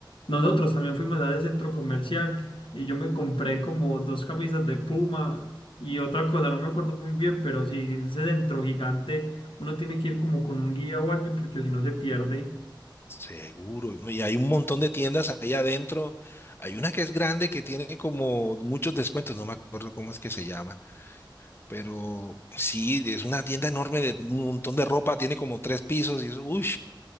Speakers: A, on the left; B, on the left.
A: nosotros también fuimos a ese centro comercial y yo me compré como dos camisas de Puma y otra cosa, no me acuerdo muy bien, pero sí, ese centro gigante, uno tiene que ir como con un guía o alguien porque si no se pierde.
B: Seguro, ¿no? Y hay un montón de tiendas ahí adentro. Hay una que es grande que tiene como muchos descuentos, no me acuerdo cómo es que se llama, pero sí, es una tienda enorme de un montón de ropa, tiene como tres pisos y eso, uy.